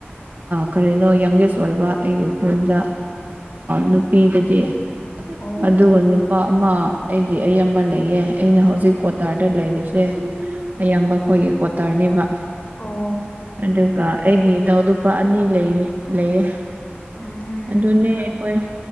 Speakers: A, on the right; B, on the left.
A: ꯀꯔꯤꯅꯣ ꯌꯪꯒꯦꯁ ꯑꯣꯏꯕ ꯑꯩꯒꯤ ꯍꯜꯗ ꯅꯨꯄꯤꯗꯗꯤ
B: ꯑꯣ
A: ꯑꯗꯨꯒ ꯅꯨꯄꯥ ꯑꯃ ꯑꯩꯒꯤ ꯑꯌꯥꯝꯕ ꯂꯩꯌꯦꯦ ꯑꯩꯅ ꯍꯧꯖꯤꯛ ꯀ꯭ꯣꯇꯥꯔꯗ ꯂꯩꯔꯤꯁꯦ ꯑꯌꯥꯝꯕ ꯑꯩꯈꯣꯏꯒꯤ ꯀꯣꯇꯔꯅꯦꯕ
B: ꯑꯣ
A: ꯑꯗꯨꯒ ꯑꯩꯒꯤ ꯏꯅꯥꯎ ꯅꯨꯄꯥ ꯑꯅꯤ ꯂꯩ ꯂꯩꯌꯦ
B: ꯎꯝ
A: ꯑꯗꯨꯅꯦ ꯑꯩꯈꯣꯏ